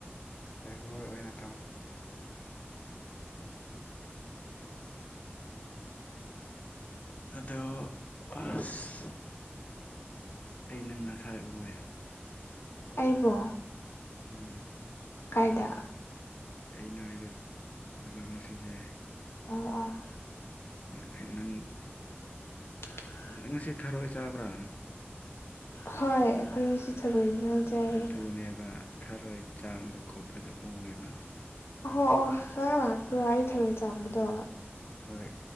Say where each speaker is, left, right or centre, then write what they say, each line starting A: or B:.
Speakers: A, on the left (about 35°); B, on the left (about 70°).
A: ꯖꯒꯣꯏ ꯑꯣꯏꯅ ꯇꯧꯔꯣ꯫ ꯑꯗꯣ ꯑꯁ ꯑꯩꯅ ꯉꯁꯥꯏ ꯎꯋꯦ꯫
B: ꯑꯩꯕꯣ꯫
A: ꯎꯝ꯫
B: ꯀꯥꯏꯗ꯫
A: ꯑꯩꯅꯣꯏꯗ ꯂꯥꯛꯏꯕ ꯉꯁꯤꯁꯦ
B: ꯑ ꯑ
A: ꯅꯪꯅꯈꯩ ꯅꯪ
B: <unintelligible>
A: ꯅꯪ ꯉꯁꯤ ꯊꯔꯣꯏ ꯆꯥꯕ꯭ꯔꯥ꯫
B: ꯍꯣꯏ ꯑꯩꯈꯣꯏ ꯉꯁꯤ ꯊꯔꯣꯏ ꯏꯟꯖꯥꯡ ꯆꯥꯏꯌꯦ
A: ꯑꯗꯨꯅꯦꯕ ꯊꯔꯣꯏ ꯆꯥꯝꯕ ꯈꯣꯠꯄꯗ ꯎꯑꯦꯕ
B: ꯑꯣꯍꯣ ꯑꯣ ꯅꯪ ꯂꯥꯛꯄ꯭ꯔꯥ ꯑꯩ ꯊꯔꯣꯏ ꯆꯥꯝꯕꯗꯣ
A: ꯍꯣꯏ